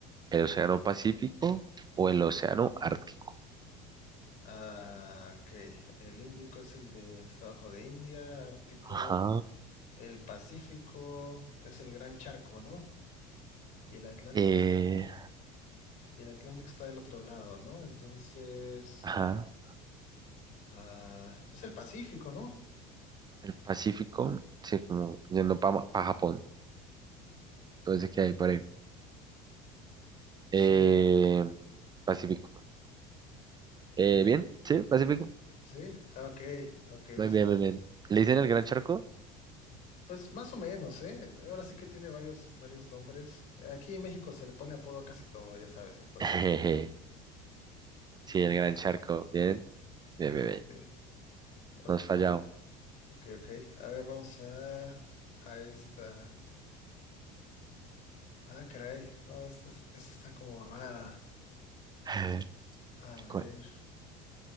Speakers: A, on the right (about 25°); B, on the left (about 50°).
A: el océano Pacífico o el océano Ártico?
B: Ah, ok. El Índico es el de que está abajo de India, Ártico.
A: Ajá.
B: El Pacífico es el gran charco, ¿no? Y el Atlántico
A: Eh,
B: está, y el Atlántico está del otro lado, ¿no? Entonces,
A: ajá.
B: ah, es el Pacífico, ¿no?
A: El Pacífico, sí, como yendo para Japón. Entonces,
B: A
A: ¿qué hay por
B: ver,
A: ahí? Eh,
B: Sí, ¿no?
A: Pacífico. Eh, bien, sí, Pacífico.
B: Sí, ah, ok, ok,
A: Muy
B: sí.
A: bien,
B: sí.
A: muy bien. ¿Le dicen el gran charco?
B: Pues más o menos, ¿eh? Ahora sí que tiene varios, varios nombres. Eh, Aquí en México se le pone apodo a casi todo, ya sabes, entonces.
A: <laughs> Sí, el gran charco. Bien, bien, bien, bien.
B: eh, ok,
A: No has fallado.
B: ok, ok. A ver, vamos a, a esta. Ah, caray. No, esta, es- esta está como rara.
A: <laughs>
B: A ver.
A: ¿Cuál?